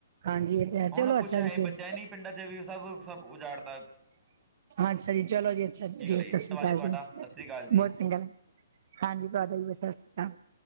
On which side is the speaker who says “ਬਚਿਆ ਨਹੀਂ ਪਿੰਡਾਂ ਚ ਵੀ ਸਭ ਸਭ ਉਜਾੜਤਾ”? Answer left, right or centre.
Right